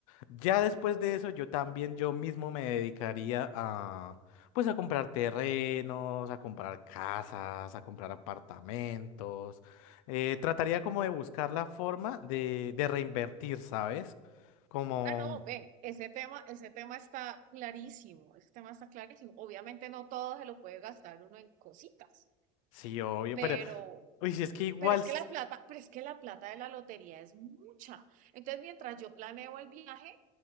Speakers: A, on the left; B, on the right.
A: Ya después de eso, yo también yo mismo me dedicaría a, pues, a comprar terrenos, a comprar casas, a comprar apartamentos. Eh, trataría como de buscar la forma de, de reinvertir, ¿sabes? Como,
B: Ah, no, ven, ese tema, ese tema está clarísimo, ese tema está clarísimo. Obviamente no todo se lo puede gastar uno en cositas,
A: sí, obvio,
B: pero
A: pero, uy, si es que igual,
B: Pero es
A: s-
B: que la plata, pero es que la plata de la lotería es mucha. Entonces, mientras yo planeo el viaje,